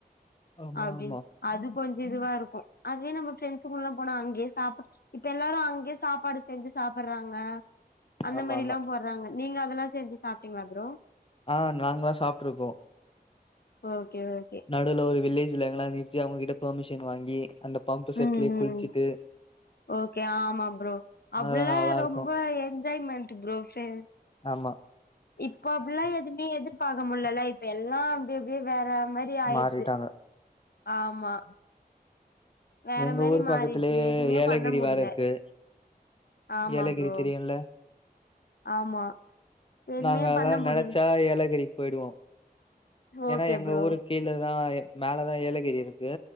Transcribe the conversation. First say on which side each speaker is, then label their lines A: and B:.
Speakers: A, on the left; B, on the left.
A: ஆமா
B: அப்டின்
A: ஆமா
B: அது கொஞ்ச இதுவாருக்கு அதுவே நம்ம ஃப்ரெண்ட்ஸு கூடல்லா போனா அங்கயே சாப் இப்ப எல்லாரு அங்கயே சாப்பாடு செஞ்சி சாப்றாங்க அந்த
A: ஆமா
B: மாரில்லா
A: ஆமா
B: போட்றாங்க நீங்க அதெல்லா செஞ்சி சாப்டீங்ளா ப்ரோ
A: அ நாங்லா சாப்ட்ருக்கோ
B: ஓகே ஓகே
A: நடுவுல ஒரு வில்லேஜ்ல அங்கலா நிருத்தி அவங்ககிட்ட ஃபெர்மிஷன் வாங்கி அந்த பம்பு செட்லே
B: ம் ம்
A: குளிச்சிட்டு
B: ஓகே ஆமா ப்ரோ அப்டில்லா
A: அதெல்லா நல்லா இருக்கு
B: ரொம்ப எஞ்ஜாய்மெண்டு ப்ரோ ஃபே
A: ஆமா
B: இப்போ அப்டில்லா எதுமே எதிர்பாக்க முல்லல்ல இப்ப எல்லா அப்டி அப்டியே வேற மாரி ஆயிர்து
A: மாறிட்டாங்க
B: ஆமா வேற
A: எங்க
B: மாரி
A: ஊரு
B: மாறிடுது
A: பக்கத்துலே
B: எதுவுமே
A: ஏலகிரி
B: பண்ண முடில
A: வேறே இருக்கு
B: ஆமா
A: ஏலகிரி
B: ப்ரோ
A: தெரியுல்ல
B: ஆமா எதுவுமே
A: நாங்கல்லா
B: பண்ண முடில
A: நெனச்சா ஏலகிரிக் போய்டுவோ
B: ஓகே
A: ஏனா எங்க
B: ப்ரோ
A: ஊருக் கீழதா எ மேலதா ஏலகிரி இருக்கு